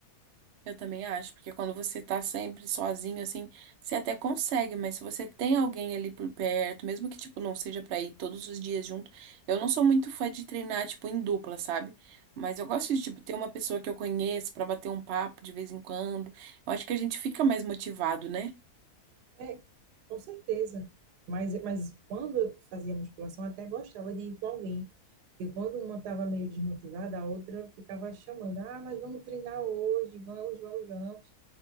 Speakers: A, on the right (about 65°); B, on the right (about 90°).
A: Eu também acho, porque quando você tá sempre sozinho, assim, você até consegue, mas se você tem alguém ali por perto, mesmo que, tipo, não seja pra ir todos os dias junto, eu não sou muito fã de treinar, tipo, em dupla, sabe? Mas eu gosto de, tipo, ter uma pessoa que eu conheço pra bater um papo de vez em quando. Eu acho que a gente fica mais motivado, né?
B: É, com certeza. Mas, mas quando eu fazia musculação, até gostava de ir com alguém. Porque quando uma estava meio desmotivada, a outra ficava chamando: ah, mas vamos treinar hoje, vamos, vamos, vamos.